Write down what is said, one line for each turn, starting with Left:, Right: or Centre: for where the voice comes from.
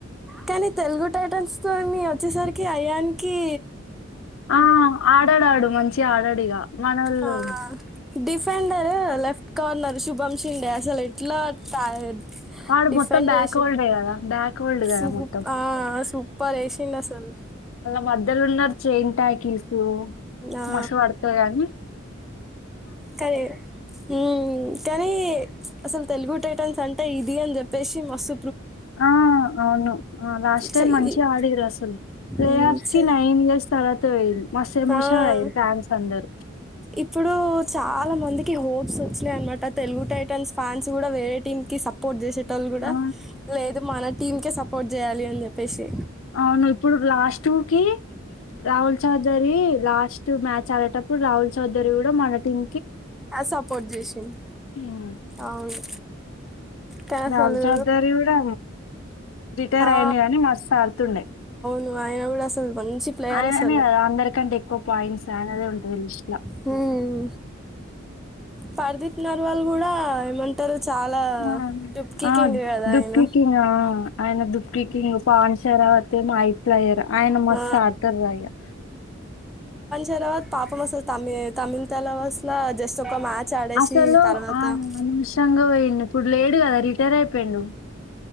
Centre: కానీ తెలుగు టైటాన్స్ తోని వచ్చేసరికి అయాన్ కి
Left: ఆ ఆడాడాడు మంచి ఆడాడిగా మనోళ్లు
Centre: ఆ డిఫెండర్ లేఫ్ట్ కార్నర్ శుభం సిండే అసలు ఎట్లా ట
Left: వాడు
Centre: డిఫెండ్
Left: మొత్తం బ్యాక్
Centre: చేసి
Left: హోల్డే కదా బ్యాక్ హోల్డ్ కదా
Centre: సూప్
Left: మొత్తం
Centre: ఆ సూపర్ వేసింది అసలు
Left: మధ్యలు ఉన్నారు చేన్ టాకిస్ ఓ
Centre: ఆ
Left: మస్స్ వాడుతకానీ
Centre: కదరు హ్మ్మ్ కానీ అసలు తెలుగు టైటన్స్ అంటే ఇది అని చెప్పేసి మస్త్
Left: ఆ అవును లాస్ట్ టైమ్
Centre: చ-
Left: మంచిగా
Centre: ఈ-
Left: ఆడరు అసలు ప్లే
Centre: ఉమ్,
Left: ఆఫ్
Centre: చ-
Left: కి నైన్ ఇయర్స్ తర్వాత పోయింది మస్త్ ఎమోషన్
Centre: ఆ,
Left: అయారు ఫ్యాన్స్ అందరు
Centre: ఇప్పుడు చాలా మందికి హోప్స్ వచ్చినాయనమాట తెలుగు టైటన్స్ ఫ్యాన్స్ కూడా వేరే టీమ్ కి సపోర్ట్ చేసే కూడా
Left: ఆ
Centre: లేదు మన టీం కే సప్ కోర్ట్ చేయాలి అని చెప్పేసి
Left: అవును ఇప్పుడు లాస్ట్ కి Rahul Chowdary last two match ఆడేటప్పుడు రాహుల్ చౌదరి కూడా మనటిం
Centre: సపోర్ట్ చేసింది
Left: ఉమ్.
Centre: అవును కానీ
Left: రాహుల్
Centre: అసలు
Left: చౌదరి కూడా రిటైర్
Centre: ఆ,
Left: అయి్యంది కానీ మస్తు ఆడుతుండే
Centre: <inaudible> ప్లేయర్
Left: ఆయననే
Centre: అసలు
Left: కదా అందరికంటే ఎక్కువ పాయింట్స్ ఆయనది ఉంటుంది అ
Centre: హ్మ్మ్ పార్దిక్ నర్వాల్ కూడా ఏమంటారు చాలా
Left: ఆ
Centre: డుప్కీ
Left: ఆ
Centre: కింగ్ కదా
Left: దుఃఖకింగా
Centre: ఆయన
Left: ఆయన దః పకి స్పాన్సర్ అవతే మైట్లయర్ ఆయన మస్తు
Centre: ఆ,
Left: ఆడతరు అయ్యా
Centre: తర్వాత పాపం అసలు త తమిళ తల అసల జస్ట్ ఒక మ్యాచ్ ఆడేసి
Left: అసలు
Centre: తర్వాత
Left: ఆ అనషంగా పోయండి ఇప్పుడు లేదు కదా రిటైర్ అయిపోయిండు